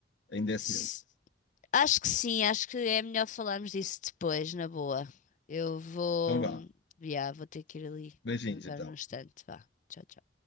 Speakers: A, on the left; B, on the left.
A: ainda é
B: S-
A: cedo?
B: Acho que sim, acho que é melhor falarmos disso depois, na boa. Eu vou,
A: Então vá.
B: já, vou ter que ir ali,
A: Beijinhos
B: agora
A: então.
B: no instante, vá. Tchau, tchau.